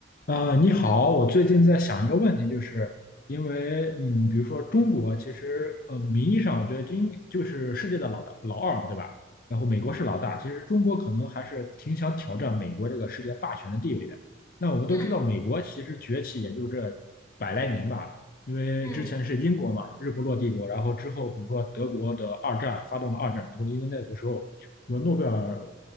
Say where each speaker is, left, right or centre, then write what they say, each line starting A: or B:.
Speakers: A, on the left (about 50°); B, on the left (about 20°).
A: 呃，你好，
B: 嗯
A: 我最近在想一个问题，就是因为，嗯，比如说中国，其实，呃，名义上我觉得应就是世界的老大老二嘛，对吧？然后美国是老大，其实中国可能还是挺想挑战美国这个世界霸权的地位的。那我们都知道，
B: 嗯
A: 美国其实崛起也就这百来年吧，因为之前是英国嘛，
B: 嗯
A: 日不落帝国，然后之后比如说德国的二战发动了二战，然后因为那个时候，什么诺贝尔